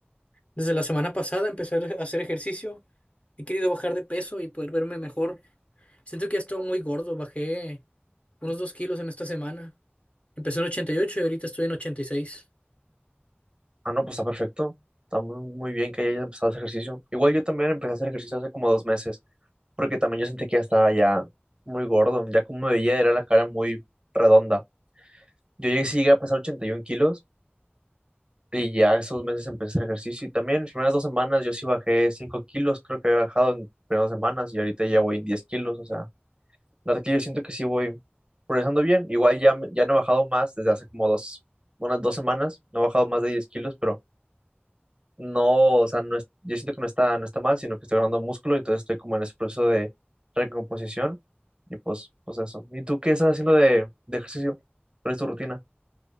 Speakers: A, on the left; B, on the right.
A: Desde la semana pasada empecé a hacer ejercicio. He querido bajar de peso y poder verme mejor. Siento que he estado muy gordo. Bajé unos dos kilos en esta semana. Empecé en 88 y ocho y ahorita estoy en 86.
B: Ah, no, pues está perfecto. Está muy, muy bien que hayas empezado ese ejercicio. Igual yo también empecé a hacer ejercicio hace como dos meses, porque también yo sentí que ya estaba ya muy gordo. Ya como me veía, era la cara muy redonda. Yo llegué, sí llegué a pesar 81 kilos y ya esos meses empecé a hacer ejercicio. Y también en las primeras dos semanas yo sí bajé 5 kilos, creo que había bajado en primeras dos semanas y ahorita ya voy en 10 kilos, o sea. La verdad que yo siento que sí voy progresando bien. Igual ya, me- ya no he bajado más desde hace como dos, unas dos semanas. No he bajado más de 10 kilos, pero no, o sea, no es- yo siento que no está, no está mal, sino que estoy ganando músculo, entonces estoy como en ese proceso de recomposición. Y pues, pues eso. ¿Y tú qué estás haciendo de, de ejercicio? ¿Cuál es tu rutina?